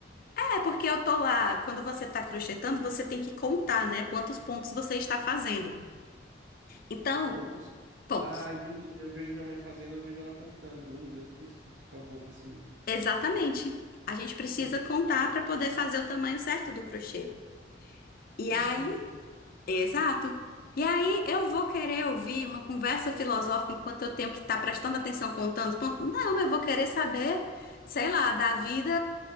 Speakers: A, on the left (about 50°); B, on the right (about 80°).
A: É, porque eu tô lá, quando você tá crochetando, você tem que contar, né, quantos pontos você está fazendo. Então,
B: Pontos?
A: pontos.
B: Ah, entendi. Eu vejo minha mãe fazendo, eu vejo ela contando. Um, dois, três, quatro com a boca assim.
A: Exatamente. A gente precisa
B: <laughs>
A: contar para poder fazer o tamanho certo do crochê. E
B: Entendi.
A: aí, exato. E aí, eu vou querer ouvir uma conversa filosófica enquanto eu tenho que estar prestando atenção contando os pontos? Não, eu vou querer saber, sei lá, da vida